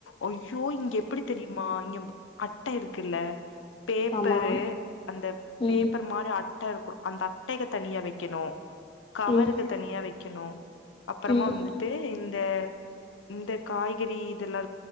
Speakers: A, on the left (about 85°); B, on the left (about 30°).
A: அய்யோ இங்க எப்படி தெரியுமா இங்க அட்ட இருக்குல்ல பேப்பரு
B: ஆமா
A: அந்த
B: ம்
A: பேப்பர் மார் அட்டருக்கு அந்த அட்டைகள தனியா வைக்கணு கவருக்கு
B: ம்
A: தனியா வைக்கணும் அப்புறமா
B: ம்
A: வந்துட்டு இந்த இந்த காய்கறி இதெல்லா